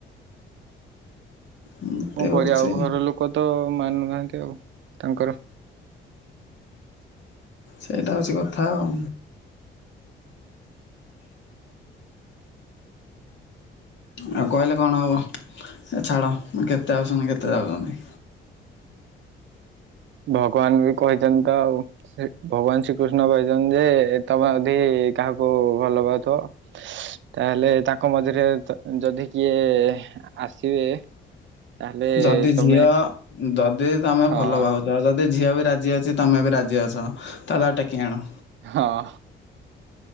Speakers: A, on the left (about 65°); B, on the right (about 70°).
A: ଏମିତି
B: କଣ କରିବା
A: ହଉଛି
B: ଆଉ ଘର ଲୋକ ତ ମାନୁନାହାନ୍ତି ଆଉ ତାଙ୍କର‌
A: ସେଇଟା ହଉଛି କଥା ଆଉ। ଆଉ କହିଲେ କଣ ହବ ଏ ଛାଡ କେତେ ଆଉଛନ୍ତି କେତେ ଯାଉଛନ୍ତି‌।
B: ଭଗବାନ ବି କହିଛନ୍ତି ତ ଆଉ। ଭଗବାନ ଶ୍ରୀକୃଷ୍ଣ କହିଛନ୍ତି ଯେ ତମେ ଯଦି କାହାକୁ ଭଲ ପାଉଥିବ ତାହେଲେ ତାଙ୍କ ମଝିରେ ଯଦି କିଏ ଆସିବେ ତାହେଲେ
A: ଯଦି ଝିଅ
B: ତମେ
A: ଦଦି ତମେ
B: ହଁ
A: ଭଲପାଉ ଯଦି ଝିଅ ବି ରାଜି ଅଛି ତମେ ବି ରାଜି ଅଛ ତାହେଲେ ଆଉ ଟେକି ଆଣ।
B: ହଁ।